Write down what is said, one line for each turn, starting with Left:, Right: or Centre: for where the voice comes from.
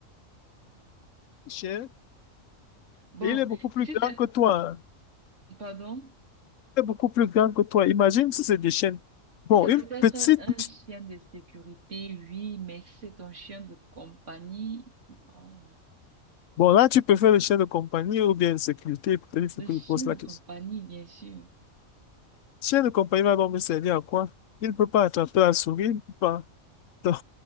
Left: le chien,
Right: Bon,
Left: et il est beaucoup plus
Right: si
Left: grand
Right: c'est...
Left: que toi. hein.
Right: Pardon?
Left: Il est beaucoup plus grand que toi. Imagine si c'est des chiens. Bon,
Right: Si c'est
Left: une
Right: peut-être
Left: petite.
Right: un chien de sécurité, oui, mais si c'est ton chien de compagnie, non.
Left: Bon, là, tu peux faire le chien de compagnie ou bien de sécurité. Peut-être il faut
Right: Le
Left: que
Right: chien
Left: je pose la
Right: de
Left: question.
Right: compagnie, bien sûr.
Left: Chien de compagnie va donc me servir à quoi? Il ne peut pas attraper la souris, il ne peut pas. <laughs> Donc,